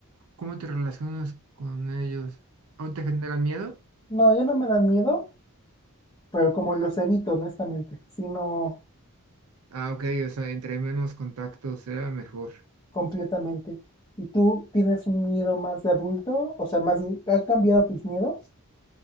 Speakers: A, on the right (about 70°); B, on the left (about 20°).
A: cómo te relacionas con ellos? ¿Aún te generan miedo?
B: No, ya no me dan miedo, pero como los evito honestamente, sino
A: Ah, ok, o sea, entre menos contactos sea mejor.
B: completamente. ¿Y tú tienes un miedo más de adulto? O sea, más bien, ¿han cambiado tus miedos?